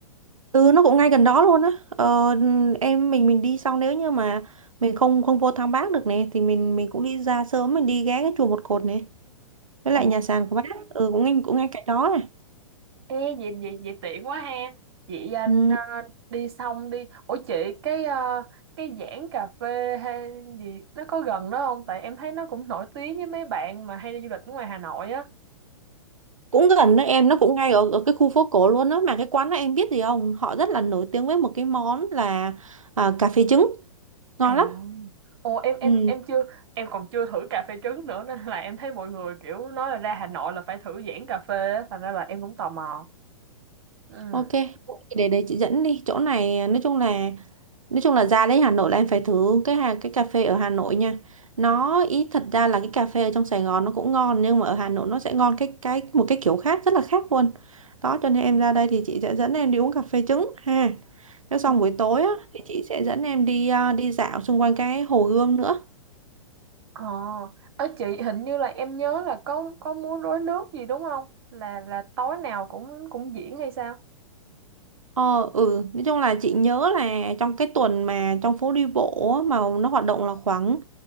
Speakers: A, on the right (about 75°); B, on the right (about 50°).
A: Ừ nó cũng ngay gần đó luôn á. Ờ, em mình mình đi xong nếu như mà mình không không vô thăm bác được nè thì mình mình cũng đi ra sớm mình đi ghé cái chùa một cột này với
B: Ồ.
A: lại nhà sàn của bác. Ừ cũng ngay cũng ngay cạnh đó này.
B: Ê, vậy, vậy, vậy tiện quá ha chị à,
A: Ừ.
B: n- à, đi xong đi ủa chị cái à, cái Giảng cà phê hay gì nó có gần đó không tại em thấy nó cũng nổi tiếng với mấy bạn mà hay đi du lịch ở ngoài Hà Nội á
A: Cũng gần đó em nó cũng ngay ở, ở cái khu phố cổ luôn á mà cái quán đó em biết gì không? Họ rất là nổi tiếng với một cái món là à, cà phê trứng. Ngon
B: À,
A: lắm.
B: ồ em em
A: Ừ,
B: em chưa em còn chưa thử cà phê trứng nữa nên là em thấy mọi người kiểu nói là ra Hà Nội là phải thử Giảng cà phê á thành ra là em cũng tò mò ừ
A: ok. Để để chị dẫn đi. Chỗ này nói chung là Nói chung là ra đến Hà Nội là em phải thử cái hà- cái cà phê ở Hà Nội nha. Nó ý thật ra là cái cà phê ở trong Sài Gòn nó cũng ngon nhưng mà ở Hà Nội nó sẽ ngon cái cái một cái kiểu khác rất là khác luôn. Đó cho nên em ra đây thì chị sẽ dẫn em đi uống cà phê trứng ha. Cái xong
B: ừ.
A: buổi tối á, thì chị sẽ dẫn em đi ờ, đi dạo xung quanh cái Hồ Gươm nữa.
B: ờ ở chị hình như là em nhớ là có có múa rối nước gì đúng không là là tối nào cũng cũng diễn hay sao
A: Ờ ừ, nói chung là chị nhớ là trong cái tuần mà trong phố đi bộ á, mà nó hoạt động là khoảng